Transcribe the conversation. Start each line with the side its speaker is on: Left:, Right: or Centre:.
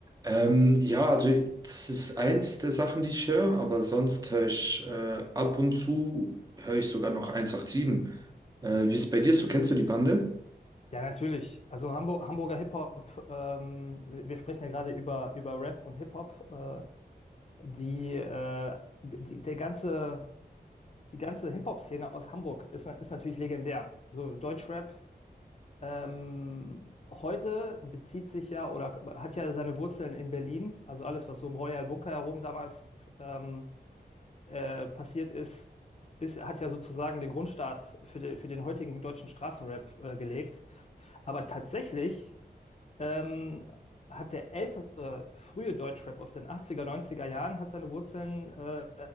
Right: Ähm, ja, also das ist eins der Sachen, die ich höre, aber sonst höre ich äh, ab und zu höre ich sogar noch 187. Äh, wie ist es bei dir so? Kennst du die Bande?
Left: Ja, natürlich. Also Hamburg, Hamburger Hip-Hop, ähm, wir sprechen ja gerade über, über Rap und Hip-Hop. Äh, die, äh, die, der ganze, die ganze Hip-Hop-Szene aus Hamburg ist, na- ist natürlich legendär. Also Deutschrap ähm, heute bezieht sich ja oder hat ja seine Wurzeln in Berlin. Also alles, was so im Royal Bunker herum damals ähm, äh, passiert ist, ist, hat ja sozusagen den Grundstart für, de, für den heutigen deutschen Straßenrap äh, gelegt. Aber tatsächlich ähm, hat der ältere, frühe Deutschrap aus den achtziger neunziger Jahren, hat seine Wurzeln äh,